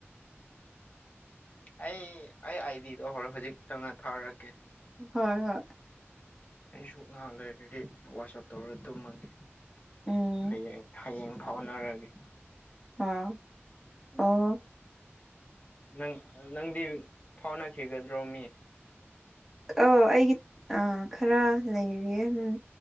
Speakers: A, on the left; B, in the centre.
A: ꯑꯩ ꯑꯩ ꯑꯥꯏꯗꯤꯗꯣ ꯍꯣꯔ ꯍꯧꯖꯤꯛ ꯆꯪꯉ ꯊꯥꯔꯛꯀꯦ
B: ꯍꯣꯏ ꯍꯣꯏ
A: ꯑꯩꯁꯨ ꯉꯥꯏꯍꯥꯛ ꯂꯩꯔꯒꯗꯤ ꯋꯥꯆꯞ ꯇꯧꯔꯒ ꯇꯨꯝꯃꯒꯦ
B: ꯎꯝ
A: ꯍꯌꯦꯡ ꯍꯌꯦꯡ ꯐꯥꯎꯅꯔꯒꯦ
B: ꯑꯝ ꯑꯣ
A: ꯅꯪ ꯅꯪꯗꯤ ꯐꯥꯎꯅꯈꯤꯒꯗ꯭ꯔꯣ ꯃꯤ
B: ꯑ ꯑꯩꯒꯤ ꯑ ꯈꯔ ꯂꯩꯔꯤꯌꯦ ꯎꯝ